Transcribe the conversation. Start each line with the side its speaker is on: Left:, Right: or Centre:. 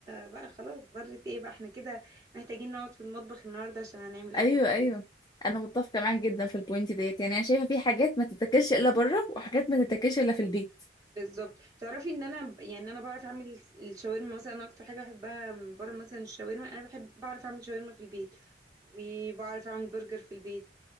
Right: بقى خلاص ضرت ايه بقى احنا كده محتاجين نقعد في المطبخ النهارده عشان هنعمل اكل
Left: ايوه ايوه
Right: كتير
Left: انا متفقه معاك جدا في البوينت ديت يعني انا شايفه في حاجات ما تتاكلش الا بره وحاجات ما تتاكلش الا في البيت
Right: بالظبط تعرفي ان انا ب- يعني انا بعرف اعمل الس- الشاورما مثلا انا اكتر حاجه بحبها من بره مثلا الشاورما انا بحب بعرف اعمل شاورما في البيت وبعرف اعمل برجر في البيت